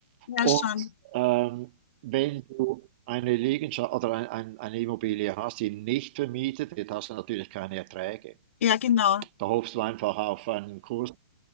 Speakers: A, on the left (about 60°); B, on the right (about 40°).
A: ja
B: Und
A: schon.
B: ähm, wenn du eine Liegenschaft oder ein, ein, eine Immobilie hast, die nicht vermietet wird, hast du natürlich keine Erträge.
A: Ja, genau.
B: Da hoffst du einfach auf einen Kurs.